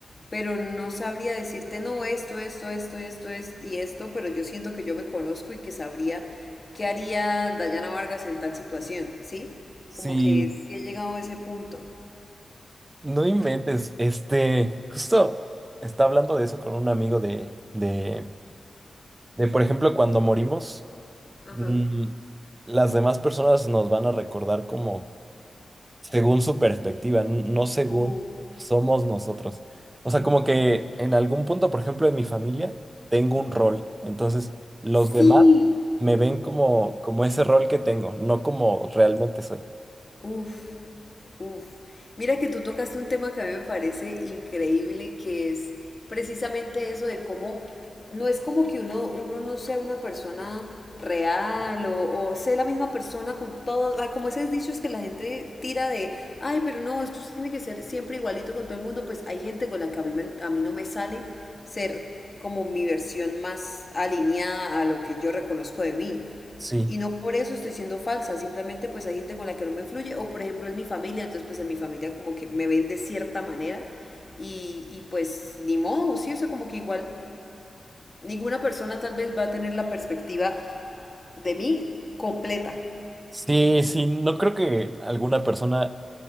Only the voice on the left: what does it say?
pero no sabría decirte, no, esto, esto, esto, esto, es y esto, pero yo siento que yo me conozco y que sabría qué haría Dayana Vargas en tal situación, ¿sí?
Como que sí he llegado a ese punto.
Ajá.
Uh,
Sí,
uf. Uf, mira que tú tocaste un tema que a mí me parece increíble, que es precisamente eso de cómo, no es como que uno, uno no sea una persona real o, o sea la misma persona con todo, ah, como esos dichos que la gente tira de, ay, pero no, es que usted tiene que ser siempre igualito con todo el mundo, pues hay gente con la que a mí, me- a mí no me sale ser como mi versión más alineada a lo que yo reconozco de mí.
Y no por eso estoy siendo falsa, simplemente pues hay gente con la que no me fluye, o por ejemplo es mi familia, entonces pues en mi familia como que me ven de cierta manera y, y pues ni modo, sí, o sea, como que igual ninguna persona tal vez va a tener la perspectiva de mí completa.